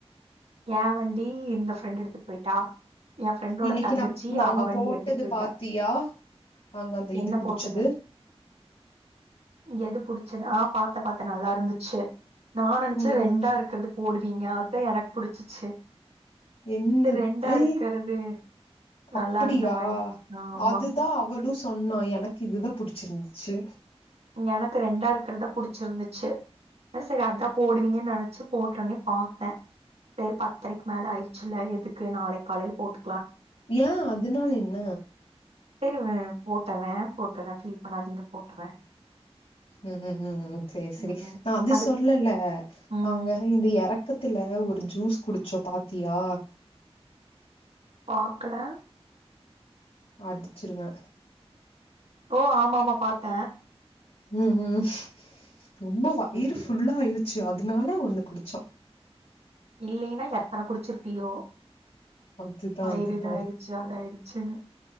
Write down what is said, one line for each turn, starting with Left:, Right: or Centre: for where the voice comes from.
Right: ஏ வண்டி இந்த ப்ரெண்ட் எடுத்துட் போயிட்டா என் ப்ரெண்டோட
Left: இன்னைக்கு
Right: தங்கச்சி
Left: நா நாங்க
Right: அவ வண்டி
Left: போட்டது
Right: எடுத்துட்டு போயிட்டா
Left: பாத்தியா நாங்க அந்த இது
Right: என்ன
Left: குடிச்சது
Right: போட்டது எது புடிச்சத ஆஹ் பாத்தபாத்த நல்லா இருந்துச்சு நா நினைச்சேன்
Left: ம்
Right: ரெண்டா
Left: ம்
Right: இருக்கது போடு நீங்க ஆள்ட எனக்கு புடிச்சிச்சு
Left: என்னது
Right: சரி ரெண்டா இருக்கிறது நல்லா
Left: அப்படியா
Right: இருந்த மாரி ஆமா
Left: அதுதான் அவளும் சொ சொன்னா எனக்கு இதுதான் புடிச்சிருந்துச்சு
Right: எனக்கு ரெண்டா இருக்கிறதா புடிச்சிருந்துச்சு சரி அதான் போடுவீங்கன்னு நினைச்சு போட்டோனே பார்த்தேன் சரிப்பா பத்தரைக்கு மேல ஆயிச்ச இல்ல எது க்கு நாளைக்கு காலையில போட்டு
Left: ஏன் அதனால என்ன
Right: சேரி விடு போட்டறே போட்டுறேன் பீல் பண்ணாதீங்க போட்டுறேன்
Left: உம் உம் சேரி சேரி
Right: ம்
Left: நா அது
Right: அதுக்கு
Left: சொல்லல
Right: ம்
Left: நாங்க இந்த இறக்கத்துல ஒரு ஜூஸ் குடிச்சோ பாத்தியா
Right: பாக்கல
Left: அடிச்சிருவே
Right: ஓ ஆமா ஆமா பாத்த
Left: உம் உம் ரொம்ப வயிறு
Right: சேரி
Left: புல்லா ஆயிடுச்சு அதனால ஒண்ணு குடிச் சொ
Right: இல்லலைன்னா எத்தன குடிச்சிருக் ப்பியோ
Left: அதுதா
Right: வயிறு
Left: அதுதா
Right: இதாயிச்சு அதாயச்சுன்னு